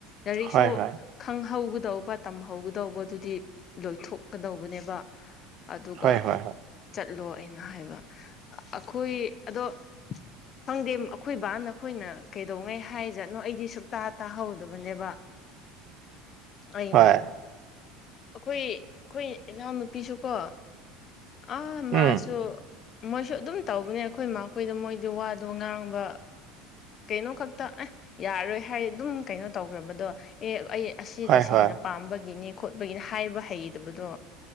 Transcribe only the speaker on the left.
ꯌꯥꯔꯤꯁꯨ
ꯈꯪꯍꯧꯒꯗꯧꯕ ꯇꯝꯍꯧꯒꯗꯧꯕꯗꯨꯗꯤ ꯂꯣꯏꯊꯣꯛꯀꯗꯧꯕꯅꯦꯕ ꯑꯗꯨꯒ
ꯆꯠꯂꯣ ꯑꯩꯅ ꯍꯥꯏꯕ ꯑꯩꯈꯣꯏ ꯑꯗꯣ ꯈꯪꯗꯦ ꯑꯩꯈꯣꯏ ꯕꯥꯅ ꯑꯈꯣꯏꯅ ꯀꯩꯗꯧꯉꯩ ꯍꯥꯏꯖꯥꯠꯅꯣ ꯑꯩꯗꯤ ꯁꯨꯛꯇꯥ ꯇꯥꯍꯧꯗꯕꯅꯦꯕ ꯑꯩꯅ
ꯑꯩꯈꯣꯏ ꯑꯩꯈꯣꯏ ꯏꯅꯥꯎ ꯅꯨꯨꯄꯤꯁꯨꯀꯣ ꯑ
ꯃꯥꯁꯨ ꯃꯣꯏꯁꯨ ꯑꯗꯨꯝ ꯇꯧꯕꯅꯦ ꯑꯩꯈꯣꯏ ꯃꯈꯣꯏꯗ ꯃꯣꯏꯗꯤ ꯋꯥꯗꯣ ꯉꯥꯡꯕ ꯀꯩꯅꯣ ꯈꯛꯇ ꯑꯦ ꯌꯥꯔꯣꯏ ꯍꯥꯏ ꯑꯗꯨꯝ ꯀꯩꯅꯣ ꯇꯧꯈ꯭ꯔꯕꯗꯣ ꯑꯦ ꯑꯩ ꯑꯁꯤ
ꯇꯁꯦꯡꯅ
ꯄꯥꯝꯕꯒꯤꯅꯤ ꯈꯣꯠꯄꯒꯤꯅꯤ ꯍꯥꯏꯕ ꯍꯩꯗꯕꯗꯣ